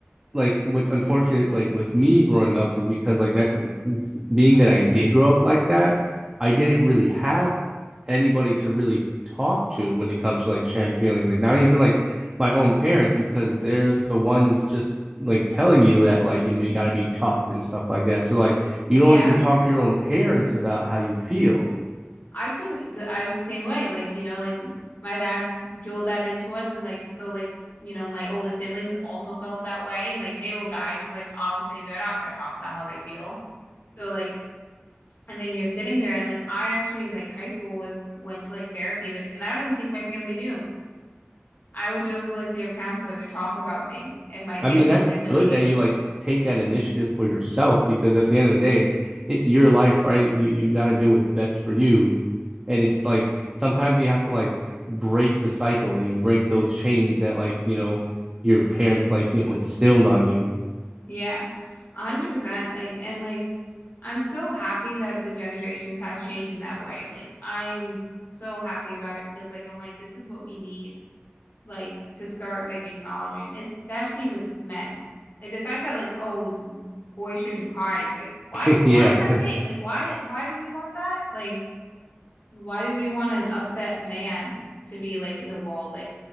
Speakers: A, on the right (about 15°); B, on the left (about 55°).
A: like what unfortunately like with me growing up is because like that being that I did grow up like that, I didn't really have anybody to really talk to when it comes to like sharing feelings. Like not even like my own parents because they're the ones just like telling you that like you know you got to be tough and stuff like that. So like you
B: Yeah.
A: don't even talk to your own parents about how you feel.
B: I couldn't th- I was the same way like you know like m- my dad drilled that into us and like so like you know my older siblings also felt that way and like they were guys so like obviously they're not going to talk about how they feel. So like and then you're sitting there and like I actually in like high school was went to like therapy like and I don't even think my family knew. I would go like their counselor to talk about things, and my family
A: I mean, that's
B: had no
A: good
B: idea.
A: that you like take that initiative for yourself because at the end of the day, it's it's your life, right? You, you got to do what's best for you, and it's like sometimes you have to like break the cycle, you know, break those chains that like you know your parents like you know, instilled on you.
B: Yeah, 100%. Like, and like, I'm so happy that the generations has changed in that way. Like, I'm so happy about it because, like, I'm like, this is what we need, like, to start like acknowledging, especially with men. Like the fact that like, oh, boys shouldn't cry is like, why?
A: <laughs> yeah,
B: Why is that a thing? Like, why? Why do we want that? Like. Why do we want an upset man to be like in the world? Like,